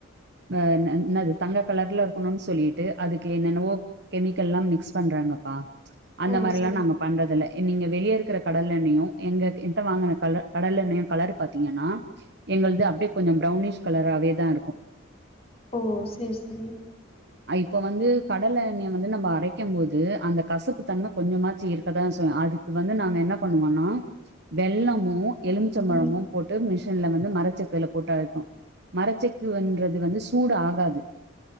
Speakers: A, on the right; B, on the left.
A: ந நன் நாது தங்க கலர்ல இருக்கணுன் சொல்லிட்டு அதுக்கு என்னென்னவோ கெமிக்கல்லாம் மிக்ஸ் பண்றாங்கப்பா அந்த
B: ஓ
A: மாரில்லா
B: சேரி
A: நாங்க பண்றதில்ல நீங்க வெளிய இருக்குற கடல் எண்ணையு எங்க என் கிட்ட வாங்கன கல்ல கடலெண்ணையு கலர் பாத்தீங்கன்னா எங்கள்து அப்டியே கொஞ்சோ ப்ரௌனிஷ் கலராவேதா இருக்கு
B: ஓ சேரி சேரி
A: இப்போ வந்து கடலெண்ணைய வந்து நம்ப அரைக்கம்போது அந்த கசுப்பு தன்ம கொஞ்சமாச்சக இருக்கதா செய் அதுக் வந்து நாங்க என்ன பண்ணுவோனா வெள்ளமு எலுமிச்சபழமும்
B: ம்
A: போட்டு மிஷின்ல வந்து மரச்செக்குல போட்டு அரைப்போ மரச்செக்குன்றது வந்து சூடு ஆகாது